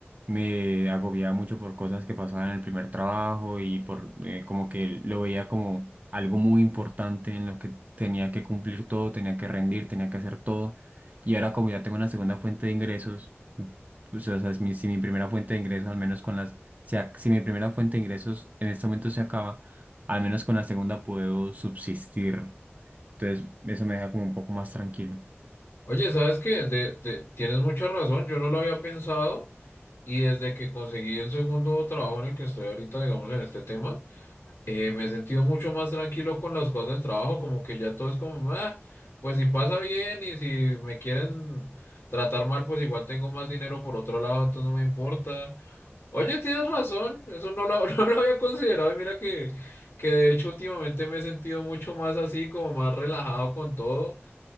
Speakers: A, on the right; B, on the left.
A: me agobiaba mucho por cosas que pasaban en el primer trabajo y por eh, como que lo veía como algo muy importante en lo que tenía que cumplir todo, tenía que rendir, tenía que hacer todo. Y ahora como ya tengo una segunda fuente de ingresos, pues, o sea, es mi- si mi primera fuente de ingresos, al menos con las, si, ac- si mi primera fuente de ingresos en este momento se acaba, al menos con la segunda puedo subsistir. Entonces, eso me deja como un poco más tranquilo.
B: Oye, ¿sabes qué? De- de- tienes mucha razón, yo no lo había pensado y desde que conseguí el segundo trabajo en el que estoy ahorita, digamos, en este tema, eh, me he sentido mucho más tranquilo con las cosas del trabajo, como que ya todo es como, "Ah, pues si pasa bien y si me quieren tratar mal, pues igual tengo más dinero por otro lado, entonces no me importa. Oye, tienes razón, eso no lo, <laughs> no lo había considerado y mira que, que de hecho últimamente me he sentido mucho más así, como más relajado con todo,